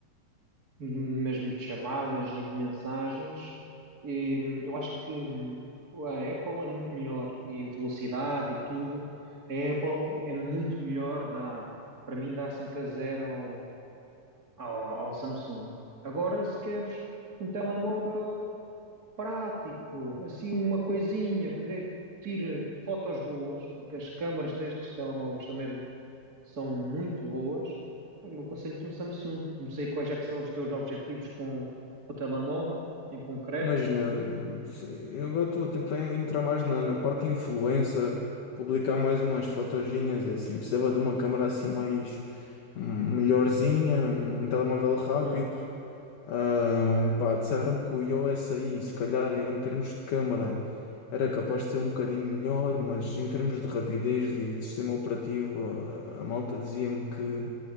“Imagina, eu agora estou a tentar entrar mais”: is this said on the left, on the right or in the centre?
Left